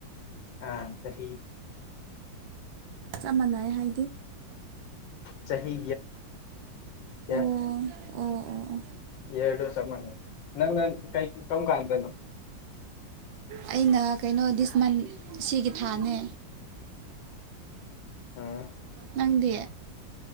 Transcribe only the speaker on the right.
ꯆꯞ ꯃꯥꯟꯅꯩ ꯍꯥꯏꯗꯤ
ꯑꯣ ꯑꯣ ꯑꯣ ꯑꯣ
ꯑꯩꯅ ꯀꯩꯅꯣ ꯗꯤꯁ ꯃꯟ ꯁꯤꯒꯤ ꯊꯥꯅꯦ
ꯅꯪꯗꯦ